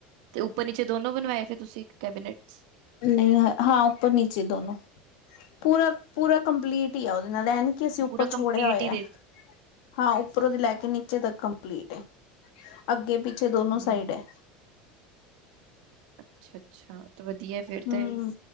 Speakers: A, on the right; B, on the left.
A: ਤੇ ਉੱਪਰ ਨੀਚੇ ਦੋਨੋ ਬਣਵਾਏ ਫਿਰ ਤੁਸੀਂ ਇੱਕ ਕੈਬਨਿਟ
B: ਨਹੀਂ ਹਾਂ ਉੱਪਰ ਨੀਚੇ ਦੋਨੋ ਪੂਰਾ, ਪੂਰਾ ਕੰਪਲੀਟ ਹੀ ਆ ਉਹਦੇ ਨਾਲ ਐ ਨੀ ਕੀ ਅਸੀਂ ਉੱਪਰ
A: ਪੂਰਾ
B: ਛੋੜਿਆ
A: ਕੰਪਲੀਟ
B: ਹੋਇਐ।
A: ਹੀ ਦੇ
B: ਹਾਂ ਉੱਪਰੋਂ ਦੀ ਲੈ ਕੇ ਨੀਚੇ ਤੱਕ ਕੰਪਲੀਟ ਏ। ਅੱਗੇ ਪਿੱਛੇ ਦੋਨੋ
A: ਹੂੰ
B: ਸਾਈਡ ਹੈ।
A: ਅੱਛਾ ਅੱਛਾ ਤੇ ਵਧੀਆ ਫਿਰ
B: ਹਮ
A: ਤੇ,